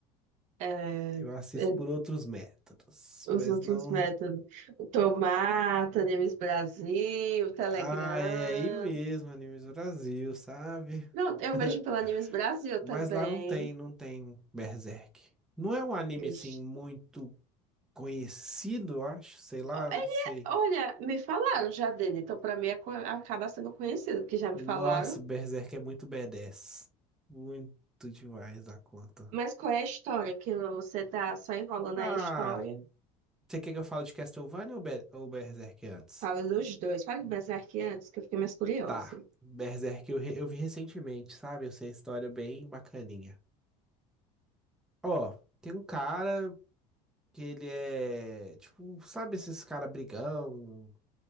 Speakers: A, on the right; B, in the centre.
A: É,
B: Eu assisto
A: é,
B: por outros métodos.
A: os
B: Mas
A: últimos
B: não.
A: métodos. O Tomata, Animes Brasil, Telegram.
B: Ah, é aí mesmo, Animes Brasil, sabe?
A: Não, eu
B: <laughs>
A: vejo pela Animes Brasil
B: Mas
A: também.
B: lá não tem, não tem Berserk. Não é um anime, assim,
A: Ixi.
B: muito conhecido, eu acho. Sei lá,
A: Ó,
B: eu
A: Ele,
B: não sei.
A: é- olha, me falaram já dele, então pra mim é co- acaba sendo conhecido, porque já me
B: Nossa,
A: falaram.
B: Berserk é muito badass. Muito demais da conta.
A: Mas qual é a história? Que você tá só enrolando
B: Ah,
A: aí a história?
B: você quer que eu fale de Castlevania ou, Be- ou Berserk antes?
A: Fala dos dois. Fala do Berserk antes, que eu fiquei mais curiosa.
B: Tá,
A: <laughs>
B: Berserk eu, re- eu vi recentemente, sabe? Eu sei a história bem bacaninha. Ó, tem um cara que ele é, tipo, sabe esses cara brigão?